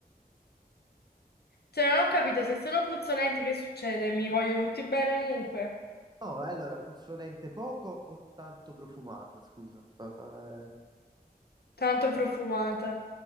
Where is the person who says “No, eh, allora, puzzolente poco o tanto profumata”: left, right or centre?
Right